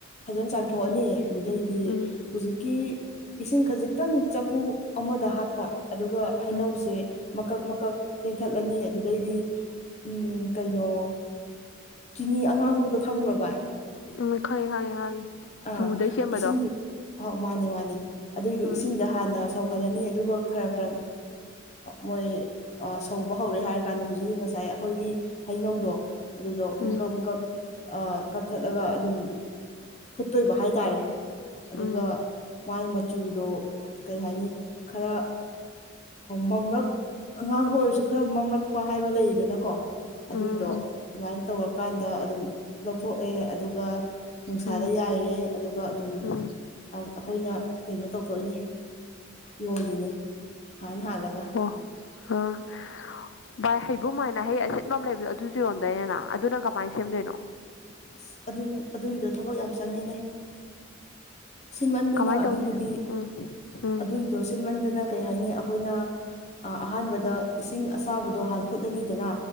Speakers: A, on the left; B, on the left.
A: ꯐꯖꯅ ꯆꯥꯝꯊꯣꯛꯑꯅꯤ ꯑꯗꯨꯗꯩꯗꯤ
B: ꯎꯝ
A: ꯍꯧꯖꯤꯛꯀꯤ ꯏꯁꯤꯡ ꯈꯖꯤꯛꯇꯪ ꯆꯐꯨ ꯑꯃꯗ ꯍꯥꯞꯄ ꯑꯗꯨꯒ ꯍꯩꯅꯧꯁꯦ
B: ꯎꯝ
A: ꯃꯀꯛ ꯃꯀꯛ ꯂꯦꯟꯊꯠꯂꯅꯤ ꯑꯗꯨꯗꯩꯗꯤ ꯎꯝ ꯀꯩꯅꯣ ꯆꯤꯅꯤ ꯑꯉꯥꯡꯕꯗꯣ ꯈꯪꯕ꯭ꯔꯣ ꯚꯏ
B: ꯎꯝ ꯈꯌꯦꯦ ꯍꯉꯦ ꯍꯉꯦ
A: ꯑꯥ
B: ꯆꯨꯗꯩ ꯁꯦꯝꯕꯗꯣ
A: ꯏꯁꯤꯡꯗꯨ ꯑꯥꯎ ꯃꯥꯅꯦ ꯃꯥꯅꯦ ꯑꯗꯨꯏꯗꯨ
B: ꯎꯝ
A: ꯏꯁꯤꯡꯗ ꯍꯥꯟꯅ ꯁꯧꯍꯜꯂꯅꯤ ꯑꯗꯨꯒ ꯈꯔ ꯈꯔ ꯃꯣꯏ ꯁꯧꯕ ꯍꯧꯔꯦ ꯍꯥꯏꯔ ꯀꯥꯟꯗ ꯍꯧꯖꯤꯛ ꯉꯁꯥꯏ ꯑꯩꯈꯣꯏꯒꯤ ꯍꯩꯅꯧꯗꯣ ꯑꯗꯨꯗꯣ ꯃꯀꯛ
B: ꯎꯝ
A: ꯃꯀꯛ ꯀꯛꯊꯠꯂꯒ ꯑꯗꯨꯝ ꯐꯨꯠꯇꯣꯏꯕ ꯍꯥꯏꯇꯥꯔꯦ ꯑꯗꯨꯒ
B: ꯎꯝ
A: ꯃꯥꯏ ꯃꯆꯨꯗꯣ ꯀꯩ ꯍꯥꯏꯅꯤ ꯈꯔ ꯃꯝꯔꯛ ꯑꯉꯥꯡꯕ ꯑꯣꯏꯔꯁꯨ ꯈꯔ ꯃꯝꯂꯛꯄ ꯍꯥꯏꯕ ꯂꯩꯌꯦꯗꯅꯀꯣ ꯑꯗꯨꯏꯗꯣ
B: ꯎꯝ
A: ꯑꯗꯨꯃꯥꯏꯅ ꯇꯧꯔꯛ ꯀꯥꯟꯗ ꯑꯗꯨꯝ ꯂꯧꯊꯣꯛꯑꯦ ꯑꯗꯨꯒ ꯅꯨꯡꯁꯥꯗ
B: ꯎꯝ ꯎꯝ
A: ꯌꯥꯏꯔꯦ ꯑꯗꯨꯒ ꯑꯗꯨꯝ
B: ꯎꯝ
A: ꯑꯩꯈꯣꯏꯅ ꯀꯩꯅꯣ ꯇꯧꯊꯣꯛꯏꯅꯦ ꯌꯣꯜꯂꯤꯅꯦ ꯍꯥꯟ ꯍꯥꯜꯂꯒ
B: ꯑꯣ ꯑꯥ ꯚꯥꯏ ꯍꯩꯕꯨꯝ ꯍꯥꯏꯥꯏꯅ ꯍꯩ ꯑꯁꯤꯆꯠꯐꯝ ꯂꯩꯕꯗꯣ ꯑꯗꯨꯁꯨ ꯌꯣꯟꯗꯣꯏꯅꯤꯅ ꯑꯗꯨꯅ ꯀꯃꯥꯏꯅ ꯁꯦꯝꯗꯣꯏꯅꯣ
A: ꯑꯁ ꯑꯗꯨ ꯑꯗꯨꯒꯤꯗꯣ ꯊꯕꯛ ꯌꯥꯝ ꯆꯪꯉꯦꯅꯦ ꯁꯤꯟꯃꯟꯗꯅ
B: ꯀꯃꯥꯏꯅ ꯇꯧꯒꯦ
A: ꯑꯗꯨꯕꯨꯗꯤ
B: ꯎꯝ ꯎꯝ
A: ꯑꯗꯨꯒꯤꯗꯣ ꯁꯤꯟꯃꯟꯗꯅ ꯀꯩ ꯍꯥꯏꯅꯤ ꯑꯩꯈꯣꯏꯅ ꯑꯍꯥꯟꯕꯗ ꯏꯁꯤꯡ ꯑꯁꯥꯕꯗꯣ ꯍꯥꯟ ꯐꯨꯠꯂꯅꯤꯗꯅ